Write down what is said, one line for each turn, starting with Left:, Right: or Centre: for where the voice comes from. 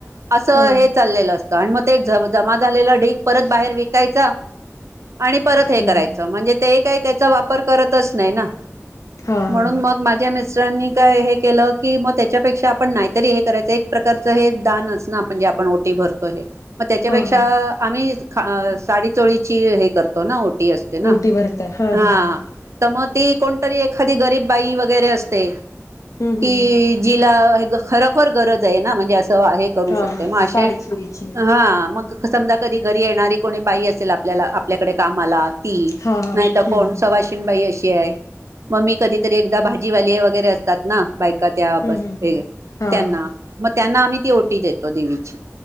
Right: असं
Left: हा
Right: हे चाललेलं असतं आणि मग ते जमा झालेला ढीक परत बाहेर विकायचा. आणि परत हे
Left: हम्म
Right: करायचं म्हणजे ते काय त्याचा वापर करतच नाही ना?
Left: हा
Right: म्हणून
Left: हा
Right: मग माझ्या मिस्टरांनी काय हे केलं की मग त्याच्यापेक्षा आपण नाहीतरी हे करायच एक प्रकारच हे दानच ना म्हणजे आपण ओटी भरतो हे, मग त्याच्यापेक्षा
Left: हा हा
Right: आम्ही ख साडीचोळीची हे करतो ओटी टी असते ना
Left: ओटी भरता हा
Right: हा
Left: हम्म
Right: मग ते कोणतरी एखादी गरीब बाई वगैरे असते.
Left: हम्म
Right: की
Left: हम्म
Right: जिला खरोखर गरज आहे ना म्हणजे अस असं हे करु
Left: हा
Right: शकते
Left: हा
Right: मग
Left: साडी चोळीची
Right: हा मग समजा कधी घरी येणारी कोणी बाई असेल आप ल्याला आपल्याकडे कामाला ती
Left: हा हा
Right: नाही तर
Left: हम्म
Right: कोण सवाशीनबाई अशी आहे म मी कधीतरी एकदा भाजीवाले वगैरे असं तात ना बायका त्या
Left: हम्म
Right: बसलेले
Left: हम्म हा
Right: त्यांना
Left: हा
Right: मग त्यांना आम्ही ती ओटी देतो देवीची